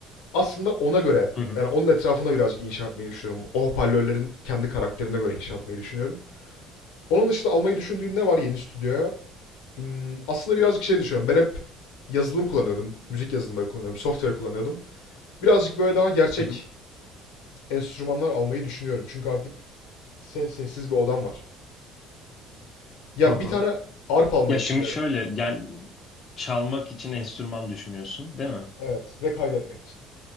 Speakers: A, on the left; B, on the left.
A: aslında ona göre
B: Hı hı,
A: yani onun etrafına birazcık inşa etmeyi düşünüyorum. O hoparlörlerin kendi karakterine göre inşa etmeyi düşünüyorum. Onun dışında almayı düşündüğüm ne var yeni stüdyoya? Hmm, aslında birazcık şey düşünüyorum. Ben hep yazılım kullanıyordum. Müzik yazılımları kullanıyordum. Software kullanıyordum. Birazcık böyle daha gerçek
B: hı hı,
A: enstrümanlar almayı düşünüyorum. Çünkü artık se- sessiz bir odam var. Ya
B: hı hı.
A: bir tane arp almayı
B: Ya şimdi
A: düşünüyorum.
B: şöyle yani çalmak için enstrüman düşünüyorsun, değil mi?
A: Evet. Ve kaydetmek için.